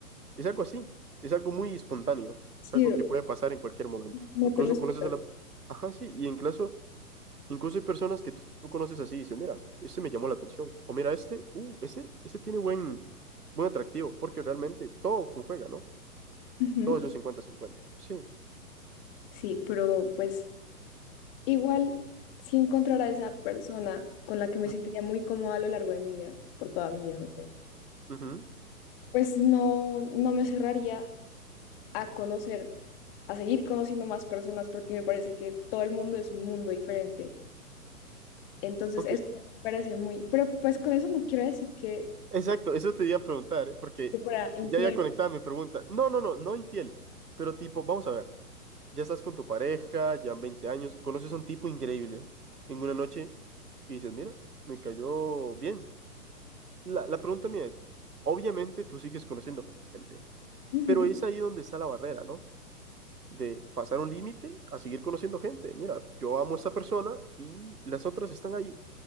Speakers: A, on the right; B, on the left.
A: es algo así, es algo muy espontáneo,
B: sí,
A: es algo que puede pasar en cualquier momento.
B: no
A: Incluso
B: te lo espero.
A: conoces a la... Ajá, sí, y incluso Incluso hay personas que tú, tú conoces así y dices, mira, este me llamó la atención. O mira, este, uh, ese, ese tiene buen, buen atractivo, porque realmente todo conjuga, ¿no?
B: Ujú.
A: Todo es un cincuenta-cincuenta. Sí.
B: Sí, pero pues igual sí encontrar a esa persona con la que me
A: Mm,
B: sentiría muy cómoda a lo largo de mi vida, por toda mi vida, no sé.
A: ujú.
B: Pues no, no me cerraría a conocer a seguir conociendo más personas porque me parece que todo el mundo es un mundo diferente. Entonces,
A: Ok,
B: eso me parece muy, pero pues con eso no quiero decir que,
A: exacto, eso te iba a preguntar, ¿eh? Porque
B: que fuera infiel.
A: ya ya conectado mi pregunta. No, no, no, no infiel. Pero tipo, vamos a ver, ya estás con tu pareja, ya han 20 años, conoces a un tipo increíble en una noche y dices, mira, me cayó bien. La, la pregunta mía es, obviamente tú sigues conociendo gente.
B: Ujú,
A: Pero es ahí donde está la barrera, ¿no? De pasar un límite a seguir conociendo gente. Mira, yo amo a esta persona y las otras están ahí.